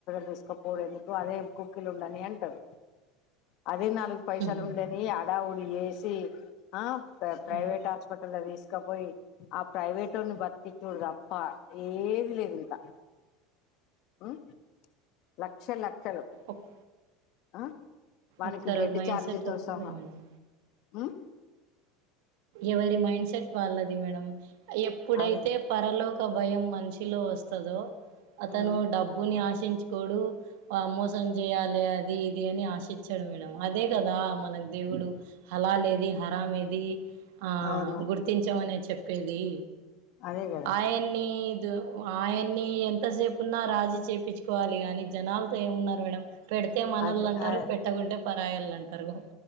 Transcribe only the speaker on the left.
తీసుకపోవుడు ఎందుకు అదే కుక్కిలు ఉండని అంటరు అదే నాలుగు పైసలు
ఉండని అడావుడి చెసి ఆ ప్రైవేట్
హాస్పిటల్ తిస్ తీసక పోయి ఆ ప్రైవేటోన్ని బతికించుడు తప్ప ఏది లేదు ఇంకా మ్ లక్ష లక్షలు
ఆ వానీకి
బెడ్డి
చార్జీతో
సహా
మ్
అదే
ఉమ్
అవును
అదే కదా
అదే